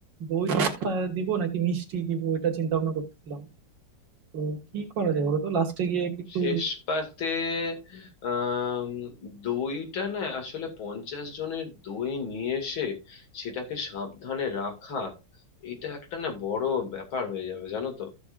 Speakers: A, on the right (about 65°); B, on the left (about 85°).
A: দই খা- দিব নাকি মিষ্টি দিব এটা চিন্তা ভাবনা করতেছিলাম তো কি করা যায় বলো তো লাস্টে গিয়ে একটু
B: শেষ পাতে আম, দইটা না আসলে পঞ্চাশ জনের দই নিয়ে এসে সেটাকে সাবধানে রাখা এটা একটা না বড় ব্যাপার হয়ে যাবে জানো তো